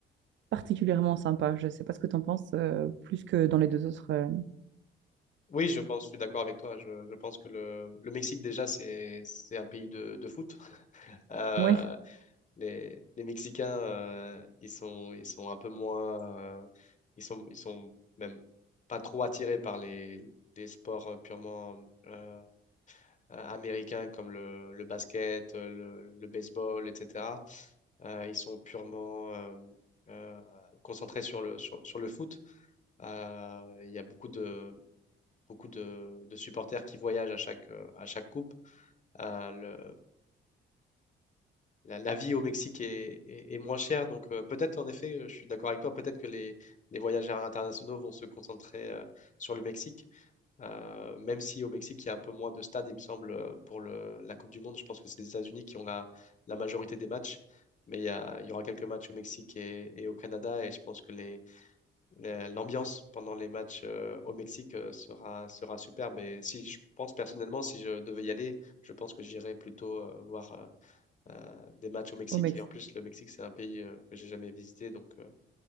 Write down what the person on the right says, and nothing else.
particulièrement sympa. Je ne sais pas ce que tu en penses, euh, plus que dans les deux autres. euh,
Oui,
au Mexique.